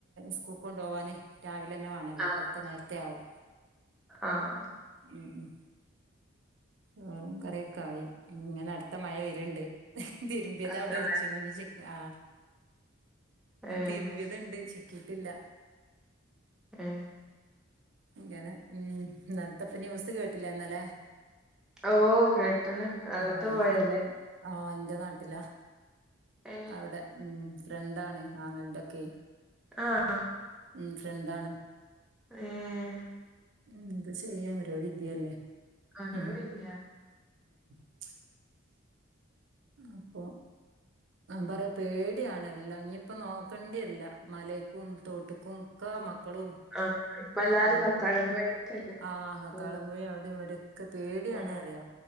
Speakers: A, on the right (about 60°); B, in the centre.
A: സ്കൂളി കൊണ്ടോവാന് രാവിലന്നെ വേണല്ലോ...
B: ആഹ്
A: അപ്പൊക്കെ നേരത്തെ ത്തെയാവും.
B: ആഹ്
A: ഉം.. ഉം.. ചോറും, കറിയൊക്കെ ആയി. മ്മ്.. ഇങ്ങനെ അടുത്ത മഴ വരുണ്ട്. ങ്ക്ഹ്.. തുരുമ്പിയത്
B: അത്ര
A: അവിടെ വെച്ചിന് ന് ചിക്കാ...
B: ഏഹ്
A: തിരുമ്പിയതുണ്ട്.. ചിക്കീട്ടില്ല
B: മ്മ്...
A: ഇങ്ങനെ.. ഉം... ഇന്നൽത്തപ്പ ന്യൂസ് കേട്ടില്ലേന്നലെ...?
B: ഓ കേട്ട്ണ് വെള്ളത്ത്
A: ങാ...
B: പോയല്ലേ
A: മ്മ്... ങാ... എന്റെ നാട്ടിലാ.
B: ഏ
A: അവിടെ.. ഉം... ഫ്രണ്ടാണ് ആങ്ങളെടൊക്കെ..
B: ങാ...
A: ഉം.. ഫ്രണ്ടാണ്.
B: മ്മ്മ്മ്.....
A: ഉം... എന്താ ചെയ്യാ ഓരോ വിധിയല്ലേ..
B: ആണോ..
A: ഉം
B: ഇല്ലയാ...?
A: ഉം.. അപ്പൊ അവൻ പറയാ.. പേടിയാണെല്ലാം... ഇനിയിപ്പ നോക്കണ്ടി വരില്ല.. മലേക്കും, തോട്ട്ക്കും.. ക്ക.. മക്കളും
B: ആഹ് ഇപ്പ എല്ലാരും
A: ഉം..
B: കക്കാടം പോയേക്കല്ലേ
A: ആഹ..
B: ഉം
A: കടം പോയി അവിടെയു ഇവടെയു ഒക്കെ പേടിയാണ്പറയ..
B: ഉം